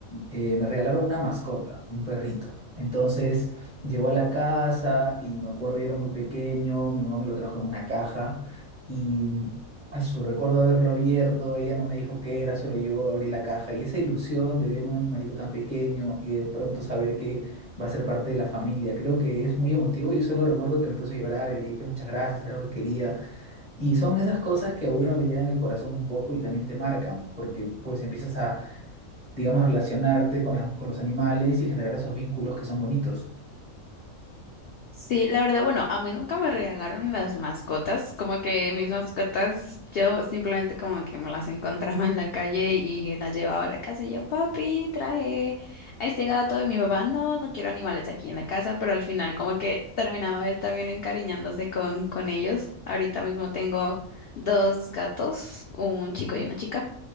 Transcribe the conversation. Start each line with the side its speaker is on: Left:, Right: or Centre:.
Right: eh, me regalaron una mascota, un perrito. Entonces llegó a la casa y me acuerdo, yo era muy pequeño, mi mamá me lo trajo en una caja y mm, a su recuerdo haberlo abierto, ella no me dijo qué era, solo yo abrí la caja y esa ilusión de ver un animalito tan pequeño y de pronto saber que va a ser parte de la familia. Creo que es muy emotivo y solo recuerdo que me puse a llorar y le dije muchas gracias, era algo que quería. Y son esas cosas que a uno le llenan el corazón un poco y también te marcan, porque pues empiezas a, digamos, relacionarte con las, con los animales y generar esos vínculos que son bonitos.
Left: Sí, la verdad, bueno, a mí nunca me regalaron las mascotas, como que mis mascotas, yo simplemente como que me las encontraba en la calle y las llevaba a la casa y yo, papi, traje a este gato de mi papá, no, no quiero animales aquí en la casa, pero al final como que terminaba él también encariñándose con, con ellos. Ahorita mismo tengo dos gatos, un chico y una chica,